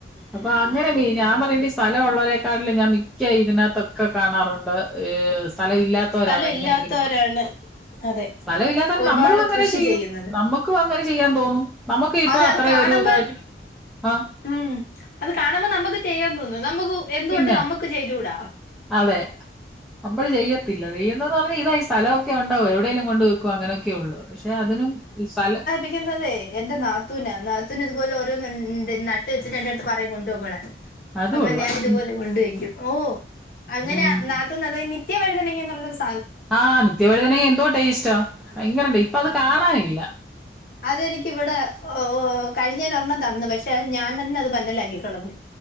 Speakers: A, in the centre; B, on the left.
A: അപ്പൊ അങ്ങനെ മീ ഞാൻ പറയ്ണ്ട് സ്ഥലമുള്ളവരെക്കാട്ടിലും ഞാൻ മിക്ക ഇതിനാത്തൊക്കെ കാണാറുണ്ട് ഈ സ് സ്ഥലം ഇല്ലാത്തോരാണ്
B: സ്ഥലം ഇല്ലാത്തവരാണ്
A: എങ്ങനെങ്കിലും
B: അതെ
A: സ്ഥല ഇല്ലാത്തോണ്ട്
B: ഒരുപാട്
A: നമ്മളും അങ്ങനെ
B: കൃഷി
A: ചെയ്യും
B: ചെയ്യുന്നത്
A: നമ്മക്കും അങ്ങനെ ചെയ്യാൻ തോന്നും നമുക്ക് ഇപ്പൊ
B: അതെ
A: അത്ര
B: അത് കാണ്മ്പം
A: ഒരു ഇതായിട്ട് ആ
B: ഉം അത് കാണുമ്പം നമ്മക്ക് ചെയ്യാൻ തോന്നും നമ്മക്ക് എന്തുകൊണ്ട്
A: പിന്നെ
B: നമ്മക്ക് ചെയ്തൂട
A: അതെ നമ്മള് ചെയ്യത്തില്ല ചെയ്യുന്ന്ന്ന് പർഞ്ഞാ ഇതാ ഈ സ്ഥലവൊക്കെ ഉണ്ടാവോ എവിടേലും കൊണ്ട് ക്കൊ അങ്ങനൊക്കെ ഉള്ളു പക്ഷെ അതിനും ഈ സലം
B: ക്ക്ന്നത് എന്റെ നാത്തൂനാ നാത്തൂന് ഇതുപോലെ ഓരോന്ന്ണ്ട് നട്ട് വെച്ചിട്ട് എന്റെട്ത്ത് പറയും കൊണ്ടു പൊക്കോളാൻ
A: അത്
B: അപ്പം
A: കൊള്ളാം
B: ഞാനിതുപോലെ
A: ഉം
B: കൊണ്ടുവെയ്ക്കും ഓ അങ്ങനെയാ
A: ഉം
B: നാ ത്തൂൻ <unintelligible>
A: ആഹ് നിത്യവഴുതെനങ്ങ എന്തോ ടേസ്റ്റാ ഭയങ്കരണ്ട് ഇപ്പൊ അത് കാണാനില്ല
B: അതെനിക്കിവടെ ഓഹ് കഴിഞ്ഞേനൊരെണ്ണം തന്ന് പക്ഷെ അത് ഞാനെന്നെ അത് പന്നലാക്കിക്കളഞ്ഞു